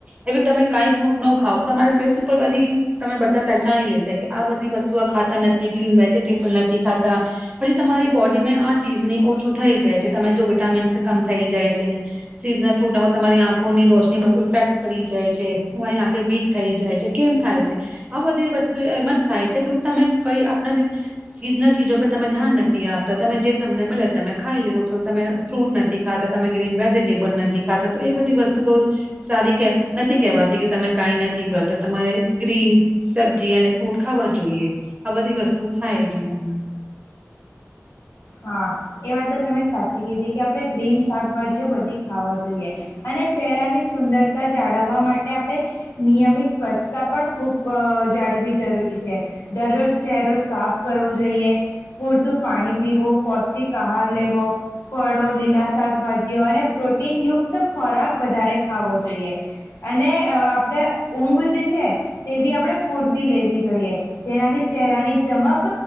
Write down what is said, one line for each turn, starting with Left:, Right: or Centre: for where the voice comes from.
Right: એ તમે કાંઈ ફ્રૂટ ન ખાવ તમારી ફેસ ઉપર બધી તમે બધા પહેચાની લેશે કે આ બધી વસ્તુ આ ખાતા નથી ક્લીન વેજીિટેબલ નથ થી ખાતા પછી તમારી બોડીમાં આ ચીઝની ઓછું થઈ જાય છે. તમે જો વિટામીન કમ થઈ જાય છે. સિઝનલ ફ્રૂટ હો તમારી આંખોની રોશની પર ઇફેક્ટ પડી જાય છે. તમારી આંખે વીક થઈ જાય છે. કેમ થાય છે? આ બધી વસ્તુ એમ જ થાય છે કે તમે કઈ આપ સીઝનલ ચીજો પર તમે ધ્યાન નથી આપતા. તમે જે તમને મળે તમે ખાઈ લેવો છો. તમે ફ્રૂટ નથી ખાતા. તમે ગ્રીન વેજીિટેબલ નથી ખાતા. તો એ બધી વસ્તુ બહું સારી કે નથી કેહેવાતી, કે તમે કઈ નથી કરતા તમારે ગ્રીન સબ્જી અને ફ્રૂટ ખાવા જોઈએ. આ બધી વસ્તુ થાય જીવન માં.
Left: હા એ વાત તો તમે સાચી કીધી કે આપડણે ગ્રીન શાકભાજીઓ બધી ખાવા જોઈએ અને ચહેરાની સુંદરતા જાળવવા માટે આપણે નિયમિત સ્વચ્છતા પણ ખૂબ જાળવવી જરૂરી છે. દરરોજ ચહેરો સાફ કરવો જોઈએ. પૂરતું પાણી પીવો. પૌષ્ટિક આહાર લેવો. ફળો, લીલા શાકભાજીઓ અને પ્રોટીનયુક્ત ખોરાક વધારે ખાવો જોઈએ. અને આપણે ઊંઘ જે છે તે બી આપણે પૂરતી લેવી જોઈએ. જેનાથી ચહેરાની ચમક